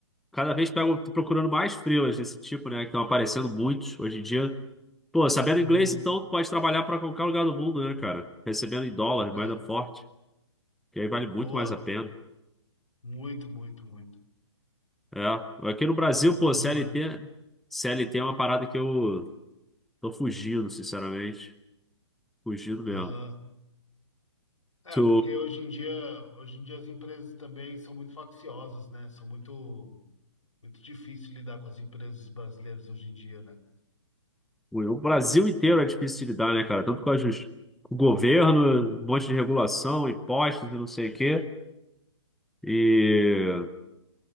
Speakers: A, in the centre; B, on the left.
A: cada vez pego, tô procurando mais freelas desse tipo, né, que estão aparecendo muitos hoje em dia. Pô, sabendo
B: Uhum.
A: inglês, então, tu pode trabalhar para qualquer lugar do mundo, né, cara? Recebendo em dólar,
B: É,
A: moeda forte, que aí vale muito
B: boa.
A: mais a pena.
B: Muito, muito, muito.
A: É, aqui no Brasil,
B: Legal
A: pô, CLT,
B: demais.
A: CLT é uma parada que eu tô fugindo, sinceramente. Fugindo mesmo.
B: Aham. É,
A: Tu,
B: porque hoje em dia, hoje em dia as empresas também são muito facciosas, né? São muito, muito difícil lidar com as empresas brasileiras hoje em dia, né?
A: o Brasil inteiro é difícil de lidar, né, cara? Tanto com a justiça, o governo, um monte de regulação, impostos e não sei o quê. E,